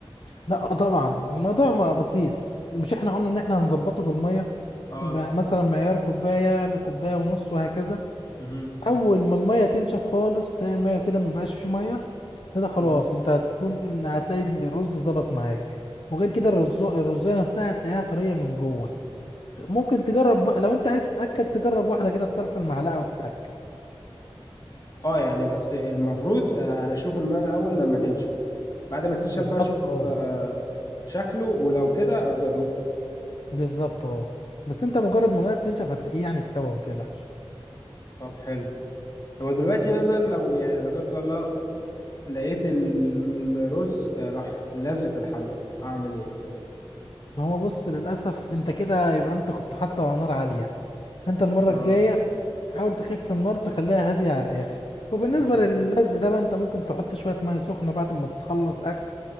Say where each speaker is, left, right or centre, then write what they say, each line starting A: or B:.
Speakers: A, on the left; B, on the left.
A: لا طبعا الموضوع ما بسيط مش احنا قلنا ان احنا هنظبطه بالميه
B: اه
A: م- مثلا معيار كوبايه لكوبايه ونص وهكذا
B: مهم.
A: اول ما الميه تنشف خالص تلاقي الميه كده مبقاش فيه ميه كده خلاص
B: مهم.
A: انت هتكون هتلاقي الرز ظبط معاك وغير كده الرز الرزايه نفسها هتلاقيها طريه من جوه ممكن تجرب بقى- لو انت عايز تتاكد تجرب واحده كده بطرف المعلقه وتتاكد
B: اه يعني بس المفروض آه، اشوف الماء الاول لما تنشف بعد ما تنشف
A: بالظبط
B: بقى اشوف
A: اه
B: آه، شكله ولو كده ابقى ادوقه
A: بالظبط اه بس انت مجرد ما الميه بتنشف هتلاقيه يعني استوى ما تقلقش
B: طب حلو طب دلوقتي مثلا لو يعني لا قدر الله لقيت الرز آه، راح لازق في الحلة اعمل ايه
A: ما هو بص للاسف انت كده يبقى انت كنت حاطه على نار عاليه فانت المره
B: اه
A: الجايه حاول تخف النار تخليها هادية على الآخر وبالنسبة
B: مم.
A: للزق ده بقى أنت ممكن تحط شوية مية سخنة بعد ما تخلص أكل